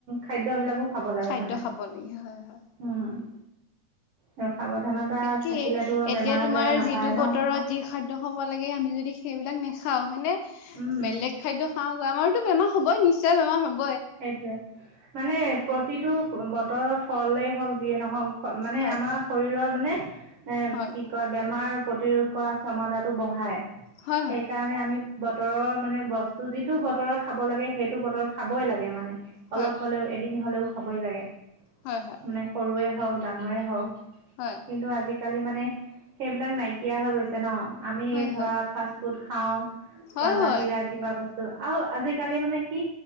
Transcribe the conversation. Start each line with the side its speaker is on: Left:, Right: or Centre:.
Right: খাদ্যবিলাকো খাব লাগে
Left: খাদ্য
Right: মানে
Left: খাব লাগে হয় হয়
Right: উম। আৰু সাৱধানতা
Left: তাকেই
Right: থাকিলেতো বেমাৰ
Left: এতিয়া তোমাৰ
Right: আজাৰে নাপায়
Left: যিটো
Right: ন
Left: বতৰত যি খাদ্য হ'ব লাগে আমি যদি সেইবিলাক নেখাওঁ হয়নে
Right: উম।
Left: বেলেগ খাদ্য খাওঁ আমাৰ বেমাৰ হ'ব নি্চ বেমাৰ হব।
Right: সেইটোৱে মানে প্ৰতিটো বতৰৰ ফলেই হওক যিয়ে নহওক। মানে
Left: হয়
Right: আমাৰ শৰীৰৰ মানে
Left: হয়
Right: কি কয় বেমাৰ প্ৰতিৰোধ কৰা ক্ষমতাটো বঢ়ায়।
Left: হয়
Right: সেইকাৰণে আমি বতৰৰ মানে বস্তু যিটো বতৰত খাব লাগে সেইটো বতৰত খাবই লাগে মানে।
Left: হয়
Right: অলপ হ'লেও এদিন হ'লেও খাবই লাগে
Left: হয় হয়
Right: মানে সৰুৱে হওক ডাঙৰে হওক।
Left: হয়
Right: কিন্তু আজিকালি মানে সেইবিলাক নাইকিয়া হৈ গৈছে ন। আমি
Left: হয়
Right: ধৰা
Left: হয়
Right: ফাষ্ট ফুড খাওঁ
Left: হয়
Right: বা বাহিৰা কিবা বসু ত আৰু আজিকালি মানে কি